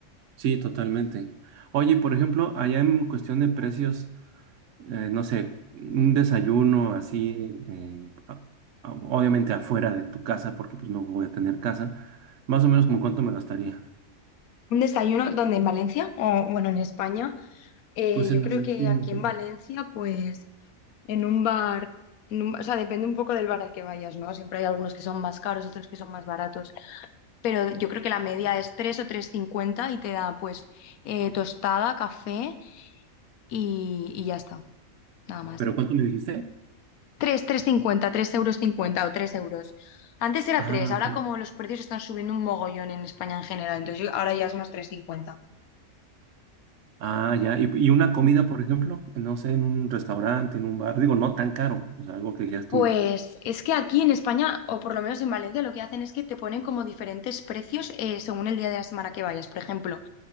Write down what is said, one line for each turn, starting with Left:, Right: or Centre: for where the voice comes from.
Right: Sí, totalmente. Oye, por ejemplo, allá en cuestión de precios. eh, no sé, un desayuno así, eh, a- a- obviamente afuera de tu casa, porque pues no voy a tener casa, más o menos como cuánto me gastaría.
Left: Un desayuno donde en Valencia, o bueno, en España, eh,
Right: Pues
Left: yo
Right: en,
Left: creo que
Right: en-
Left: aquí en Valencia, pues en un bar, en un- o sea, depende un poco del bar al que vayas, ¿no? Siempre hay algunos que son más caros, otros que son más baratos, pero yo creo que la media es 3 o tres cincuenta y te da pues eh, tostada, café y, y ya está, nada más.
Right: ¿Pero cuánto me dijiste?
Left: tres tres cincuenta tres euros cincuenta o 3 euros. Antes era
Right: Ah,
Left: tres ahora
Right: ok.
Left: como los precios están subiendo un mogollón en España en general, entonces yo- ahora ya es más tres cincuenta
Right: Ah, ya. ¿Y, y una comida, por ejemplo? No sé, en un restaurante, en un bar. Digo, no tan caro. O sea, algo que dijeras
Left: Pues
Right: tú.
Left: es que aquí en España, o por lo menos en Valencia, lo que hacen es que te ponen como diferentes precios eh, según el día de la semana que vayas. Por ejemplo,